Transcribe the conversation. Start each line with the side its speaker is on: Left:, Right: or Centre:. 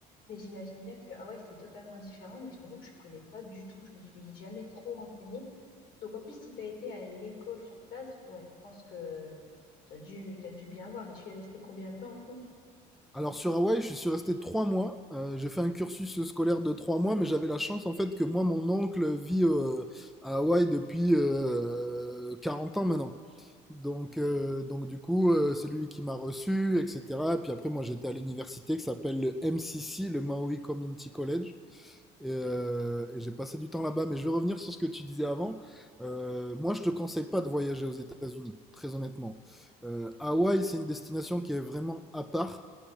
Left: Mais j'imagine bien que, ah ouais, c'est totalement différent, mais je t'avoue que je connais pas du tout, je me suis jamais trop renseignée. Donc en plus, si tu as été à l'école sur place, ouais, je pense que tu as dû, t'as dû bien voir. Et tu y es resté combien de temps en tout?
Centre: Alors sur Hawaï, je suis resté trois mois. Euh, j'ai fait un cursus scolaire de trois mois, mais j'avais la chance en fait que moi, mon oncle vit euh, à Hawaï depuis euh, 40 ans maintenant. Donc, euh, donc du coup, euh, c'est lui qui m'a reçu, etc. Puis après, moi, j'étais à l'université qui s'appelle le MCC, le Maui Community College. Et, euh, et j'ai passé du temps là-bas. Mais je vais revenir sur ce que tu disais avant. Euh, moi, je te conseille pas de voyager aux États-Unis, très honnêtement. Euh, Hawaï, c'est une destination qui est vraiment à part.